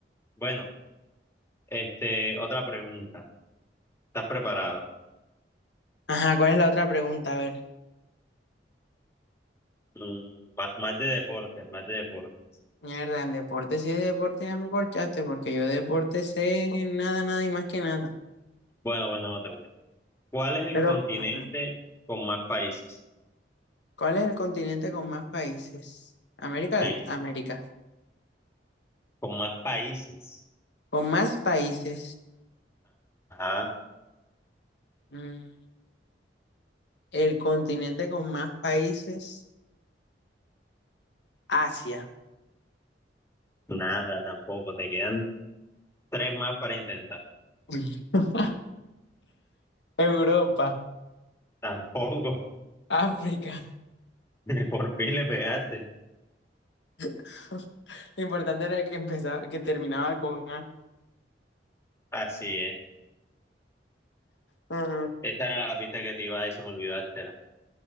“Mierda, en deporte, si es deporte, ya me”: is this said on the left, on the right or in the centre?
Left